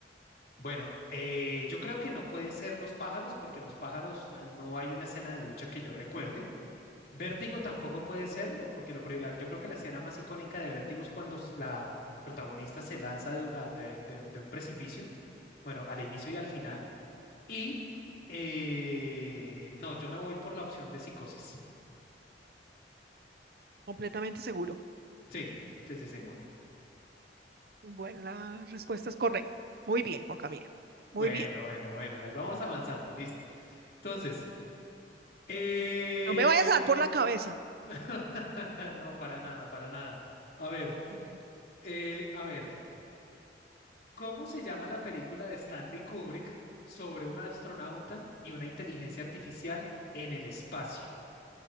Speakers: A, on the left; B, on the right.
A: Bueno, eh, yo creo que no puede ser los pájaros, porque los pájaros eh, no hay una escena de ducha que yo recuerde. Vértigo tampoco puede serlo, porque lo, pri- la- yo creo que la escena más icónica de Vértigo es cuando s- la protagonista se lanza de, a- de- de- de un precipicio, bueno, al inicio y al final. Y eh, no, yo me voy por la opción de psicosis.
B: Completamente seguro.
A: Sí, sí, sí, sí, Moni.
B: Bueno, la respuesta es correcta. Muy bien, Juan Camilo.
A: Bueno,
B: Muy bien.
A: bueno, bueno, ahí vamos avanzando, listo. Entonces, eh,
B: No me vayas a dar por la cabeza.
A: <laughs> no, para nada, para nada. A ver,
B: Bueno.
A: eh, a ver. ¿Cómo se llama la película de Stanley Kubrick sobre un astronauta y una inteligencia artificial en el espacio?